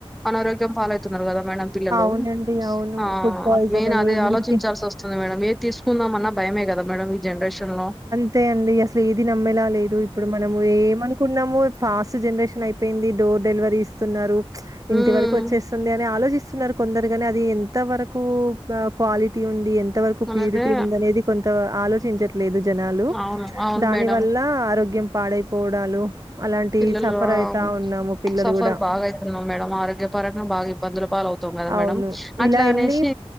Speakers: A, in the centre; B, on the right (about 35°).
A: అనారోగ్యం పాలైతున్నారు కదా మేడం పిల్లలు
B: అవునండి. అవును.
A: ఆ
B: ఫుడ్ పాయిజన్
A: మెయిన్
B: అని
A: అదే
B: ఊరికే
A: ఆలోచించాల్సి వస్తుంది మేడం ఏద్ తీసుకుందాం అన్న భయమే కద మేడం ఈ జనరేషన్ న్ను
B: అంతే అండి అసలు ఏది నమ్మేలా లేదు ఇప్పుడు మనము ఏమనుకున్నామ ఫాస్ట్ జనరేషన్ అయిపోయింది డోర్ డెలివరీ ఇస్తున్నారు
A: హ్మ్
B: ఇంటి వరకు వచ్చేస్తుంది అని ఆలోచిస్త స్తున్నారు కొందరుగాని అది ఎంత వరకు క్వాలిటీ ఉంది ఎ ఏంత వరకు
A: మనదే
B: ప్యూరిటీ ఉంది అనేది కొ ఆలోచించ లేదు జనాలు
A: అవును అవును
B: దాని
A: మేడం
B: వల్ల ఆరోగ్యం. పాడైపోవడాలు అలాంటియి
A: పిల్లలు
B: సఫర్
A: ఆ
B: అయితా ఉన్నాము పిల్లలు
A: సఫర్
B: గూడా.
A: బాగా ఐతున్నం మేడం ఆరోగ్యపరంగా బాగా ఇబ్బందులు ల్ అవుతాం కదా మేడం
B: అవును.
A: అట్లా
B: ఇలా
A: అనేసి
B: ఎళ్లి